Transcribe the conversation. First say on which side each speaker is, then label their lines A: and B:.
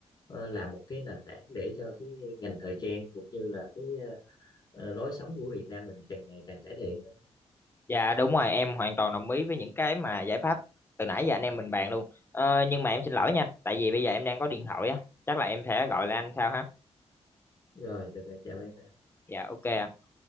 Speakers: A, on the left; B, on the left.
A: ờ, là một cái nền tảng để cho cái ngành thời trang cũng như là cái ờ, ờ, lối sống của Việt Nam mình càng ngày càng cải thiện hơn.
B: dạ đúng rồi em hoàn toàn đồng ý với những cái mà giải pháp từ nãy giờ anh em mình bàn luôn ờ, nhưng mà em xin lỗi nha tại vì bây giờ em đang có điện thoại á chắc là em sẽ gọi lại anh sau ha
A: Rồi, được rồi, chào em.
B: dạ ok ạ.